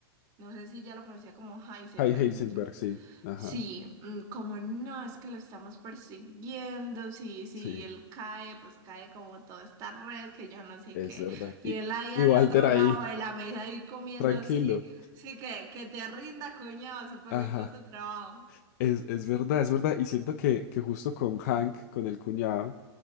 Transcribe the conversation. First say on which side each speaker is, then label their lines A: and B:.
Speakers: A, on the right (about 25°); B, on the left (about 40°).
A: no sé si ya lo conocía como Heisenberg.
B: Hay Heisenberg,
A: yo-
B: sí. Ajá,
A: sí, mm, como no, es que lo estamos persiguiendo. Sí, sí,
B: sí,
A: él cae, pues cae como toda esta red que yo no sé
B: es
A: qué.
B: verdad.
A: Y
B: Y,
A: él ahí
B: y
A: al
B: Walter
A: otro
B: ahí,
A: lado de la mesa ahí comiendo.
B: tranquilo.
A: Sí, sí, que, que te rinda, coñado, súper
B: Ajá,
A: bien con tu trabajo.
B: es, es verdad, es verdad. Y siento que, que justo con Hank, con el cuñado,